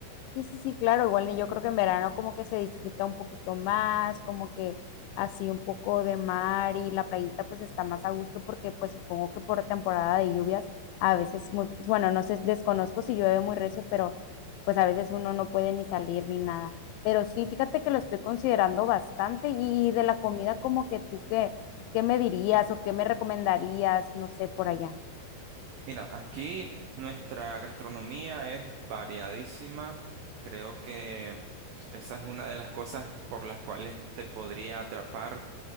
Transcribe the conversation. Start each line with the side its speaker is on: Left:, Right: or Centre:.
Left: Sí, sí, sí, claro, igual yo creo que en verano como que se disfruta un poquito más, como que así un poco de mar y la playita pues está más a gusto porque pues supongo que por temporada de lluvias a veces muy, pues, bueno, no sé, desconozco si llueve muy recio, pero pues a veces uno no puede ni salir ni nada. Pero sí, fíjate que lo estoy considerando bastante y, y de la comida como que tú qué, qué me dirías o qué me recomendarías, no sé, por allá.
Right: Mira, aquí nuestra gastronomía es variadísima. Creo que esa es una de las cosas por las cuales te podría atrapar